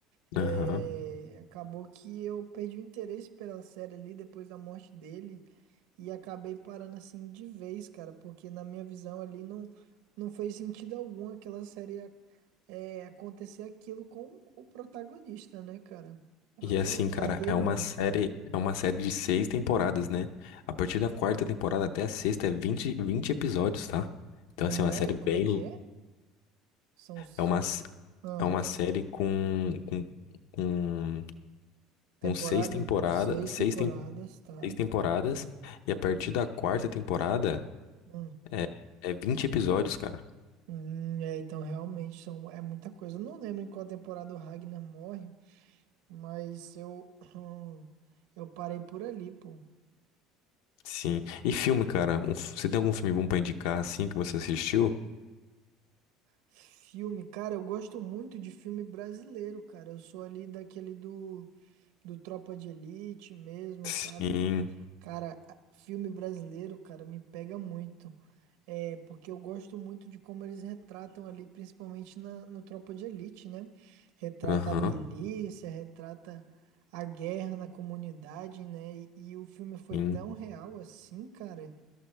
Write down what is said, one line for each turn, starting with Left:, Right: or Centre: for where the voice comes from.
Right: É,
Left: Aham.
Right: acabou que eu perdi o interesse pela série ali depois da morte dele. E acabei parando assim de vez, cara, porque na minha visão ali não, não fez sentido algum aquela série a- é, acontecer aquilo com o protagonista, né, cara?
Left: E
Right: Aí
Left: assim,
Right: eu larguei
Left: cara, é
Right: mão.
Left: uma série, é uma série de seis temporadas, né? A partir da quarta temporada até a sexta é vinte vinte episódios, tá? Então,
Right: Como
Left: assim, é uma
Right: é?
Left: série
Right: Como
Left: bem.
Right: é que é? São, são...
Left: É uma, s-
Right: Ah,
Left: é uma série com, com, com,
Right: temporada?
Left: com seis temporadas,
Right: Seis
Left: seis,
Right: temporadas,
Left: tem,
Right: tá?
Left: seis temporadas. E a partir da quarta temporada.
Right: Hum.
Left: É, é 20 episódios, cara.
Right: Hum, é, então realmente são, é muita coisa. Eu não lembro em qual temporada o Ragnar morre, mas eu, <clears throat> eu parei por ali, pô.
Left: Sim. E filme, cara? Um f- você tem algum filme bom pra indicar, assim, que você assistiu?
Right: Filme, cara, eu gosto muito de filme brasileiro, cara. Eu sou ali daquele do, do Tropa de Elite mesmo,
Left: Sim.
Right: sabe? Cara, a- filme brasileiro, cara, me pega muito. É, porque eu gosto muito de como eles retratam ali, principalmente na, no Tropa de Elite, né? Retrata
Left: Aham.
Right: a milícia, retrata a guerra na comunidade, né? E, e o filme foi
Left: Sim.
Right: tão real assim, cara,